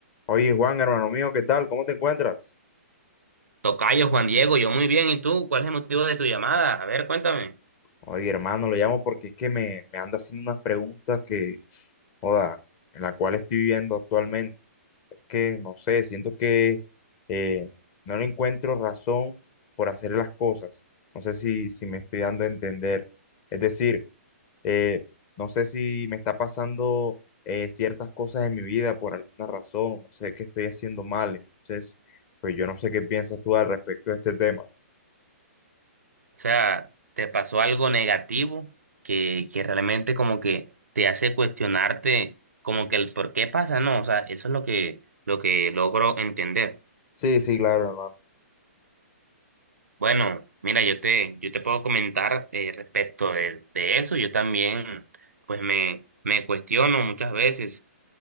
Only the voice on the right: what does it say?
Tocayo Juan Diego, yo muy bien. ¿Y tú? ¿Cuál es el motivo de tu llamada? A ver, cuéntame.
O sea, ¿te pasó algo negativo que, que realmente como que te hace cuestionarte como que el por qué pasa? No, o sea, eso es lo que, lo que logro entender.
Bueno, mira, yo te, yo te puedo comentar eh, respecto de, de eso. Yo también, pues me, me cuestiono muchas veces.